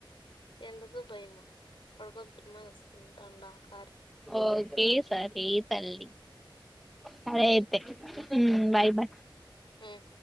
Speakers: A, on the left; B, in the centre.
A: ఎందుదు భయము పడుకొని సినిమా చూస్కుంటాండా కార్త్
B: ఓకే సరే తల్లి సరే అయితే ఉమ్ బాయ్ బాయ్
A: ఉమ్